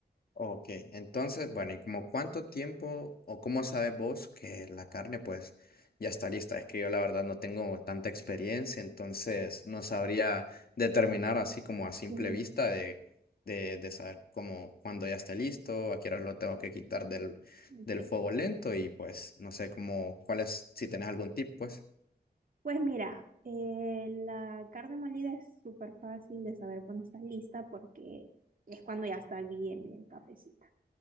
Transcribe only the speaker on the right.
Ujú.
Ok.
Pues mira, eh, la carne molida es súper fácil de saber cuando está lista porque es cuando ya está bien, bien cafecita.